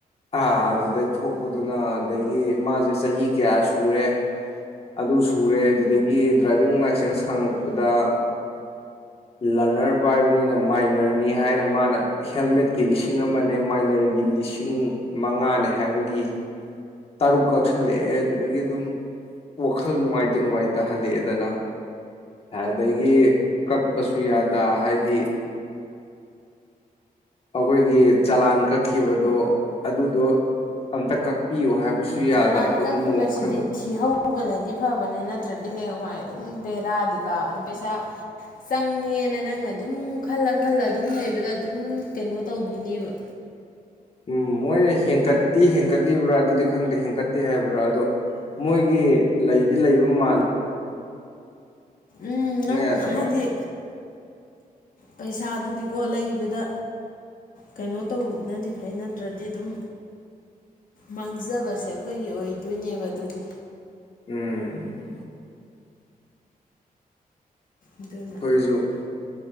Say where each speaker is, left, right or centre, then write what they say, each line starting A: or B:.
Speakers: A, on the left (about 40°); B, on the left (about 65°).
A: ꯑꯥ ꯑꯗꯨꯗꯩ ꯊꯣꯛꯄꯗꯨꯅ ꯑꯗꯒꯤ ꯃꯥꯁꯦ ꯆꯍꯤ ꯀꯌꯥ ꯁꯨꯔꯦ ꯑꯗꯨ ꯁꯨꯔꯦ ꯑꯗꯨꯗꯒꯤ ꯗ꯭ꯔꯥꯏꯚꯤꯡ ꯂꯥꯏꯁꯦꯟꯁ ꯍꯪꯉꯛꯄꯗ ꯂꯔꯅꯔ ꯄꯥꯏꯕꯅꯤꯅ ꯃꯥꯏꯅꯔꯅꯤ ꯍꯥꯏꯅ ꯃꯥꯅ ꯍꯦꯜꯃꯦꯠꯀꯤ ꯂꯤꯁꯤꯡ ꯑꯃꯅꯦ ꯃꯥꯏꯅꯔꯒꯤ ꯂꯤꯁꯤꯡ ꯃꯉꯥꯅꯤ ꯍꯥꯏꯕꯒꯤ ꯇꯔꯨꯛ ꯀꯛꯁꯜꯂꯛꯑꯦ ꯑꯗꯨꯗꯒꯤ ꯑꯗꯨꯝ ꯋꯥꯈꯜ ꯅꯨꯡꯉꯥꯏꯇ ꯅꯨꯡꯉꯥꯏꯇ ꯍꯜꯂꯛꯑꯦꯗꯅ ꯑꯗꯒꯤ ꯀꯛꯄꯁꯨ ꯌꯥꯗ ꯍꯥꯏꯗꯤ ꯑꯥꯈꯣꯏꯒꯤ ꯆꯂꯥꯟ ꯀꯛꯈꯤꯕꯗꯣ ꯑꯗꯨꯗꯣ ꯑꯝꯇ ꯀꯛꯄꯤꯌꯣ ꯍꯥꯏꯕꯁꯨ ꯌꯥꯗ
B: ꯆꯂꯥꯟ
A: ꯑꯗꯨꯝ
B: ꯀꯛꯈꯤꯕꯁꯤꯗꯤ
A: ꯋꯥꯈꯜ
B: ꯊꯤꯍꯧꯕꯅ ꯗꯤ ꯐꯕꯅꯦ ꯅꯠꯇ꯭ꯔꯗꯤ ꯍꯌꯦꯡꯋꯥꯏ ꯑꯗꯨꯝ ꯕꯦꯔꯥꯗꯤ ꯀꯥꯕꯅꯦ ꯄꯩꯁꯥ ꯆꯪꯉꯦꯅ ꯅꯪꯅ ꯑꯗꯨꯝ ꯈꯜꯂ ꯈꯜꯂ ꯑꯗꯨꯝ ꯂꯩꯕꯗ ꯑꯗꯨꯝ ꯀꯩꯅꯣ ꯇꯧꯈꯤꯅꯦꯕ
A: ꯎꯝ ꯃꯣꯏꯅ ꯍꯦꯟꯀꯠꯇꯤ ꯍꯦꯟꯀꯠꯂꯤꯕ꯭ꯔꯥ ꯑꯗꯨꯗꯤ ꯈꯪꯗꯦ ꯍꯦꯟꯀꯠꯇꯦ ꯍꯥꯏꯕ꯭ꯔꯥ ꯑꯗꯣ ꯃꯣꯏꯒꯤ ꯂꯩꯗꯤ ꯂꯩꯕ ꯃꯥꯜꯂꯤ
B: ꯎꯝ ꯅꯪ
A: ꯌꯥꯗꯕ
B: ꯍꯥꯏꯗꯤ ꯄꯩꯁꯥꯗꯨꯗꯤ ꯀꯣ ꯂꯩꯕꯗ ꯀꯩꯅꯣ ꯇꯕꯅꯗꯤ ꯐꯩ ꯅꯠꯇ꯭ꯔꯗꯤ ꯑꯗꯨꯝ ꯃꯥꯡꯖꯕꯁꯦ ꯑꯩꯈꯣꯏꯒꯤ ꯑꯣꯏꯗꯣꯏꯅꯦꯕ ꯑꯗꯨꯗꯤ
A: ꯎꯝ
B: ꯑꯗꯨꯅ
A: ꯑꯩꯈꯣꯏꯁꯨ